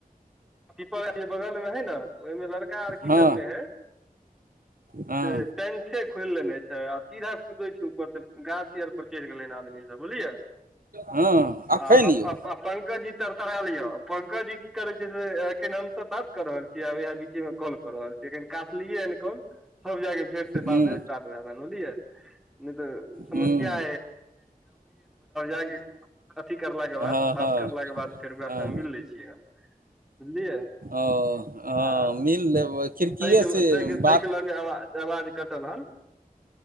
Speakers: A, in the centre; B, on the right.
A: पीपल बगल मे हइ ने तऽ ओहिमे लड़का आर कि
B: हँ
A: करने हइ
B: हँ
A: से पेठे खोलि लेने छै आ सीधा कुदै छै ऊपर तऽ गाछ आर पर चढ़ि गेले आदमी सभ बुझलियै
B: हँ एखन
A: आ
B: यौ
A: पंकजी तरतरा लिया पंकजी कि करे छै एखन हमस बात क रहल छियै आब इ बीचेमे कॉल कऽ रहल छियै एखन काटलियै हन कल सभ ज फेर से
B: हूँ
A: बस्ट्ट बझलियै तऽ सम्या
B: हूँ
A: ह <unintelligible> अथी करलाक के बाद
B: हँ
A: बात
B: हँ
A: करलला के बाद फेर ओका
B: हँ
A: सँ हम मिल ले छियै बुझलियै
B: ओ हँ
A: आ
B: मिल लेबै खिड़किए
A: ताहिके
B: से बात
A: ताहिके लऽ आवाज कटल हन